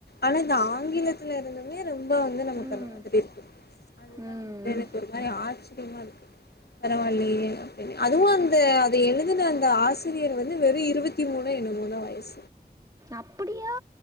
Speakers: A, on the left; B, on the right.
A: ஆனா இந்த ஆங்கிலத்துல இருந்துமே ரொம்ப வந்து நமக்கு
B: ம் ம்
A: அந்த மாரி இருக்கு அதுதா
B: ம்
A: வந்து எனக்கு ஒரு மாரி ஆச்சரியமா இருக்கு பரவாயல்லையே அப்டினு அதுவு அந்த அத எழுதுன அந்த ஆசிரியர் வந்து வெறு இருபத்தி மூணோ என்னமோ தா வயசு
B: அப்பிடியா